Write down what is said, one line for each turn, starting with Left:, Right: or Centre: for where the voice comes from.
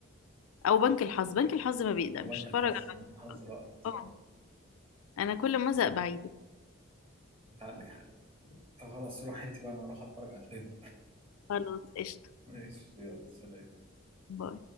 Left: او بنك الحظ بنك الحظ ما بيقدمش
Right: فبنك الحظ
Left: اتفرج على
Right: بنك الحظ رائع الصراحة
Left: اه انا كل ما ازهق بعيده
Right: انت عندك حق طب خلاص روح انت بقى انا هروح اتفرج على الفيلم
Left: خلاص قشطه
Right: ماشي يلا سلام
Left: باي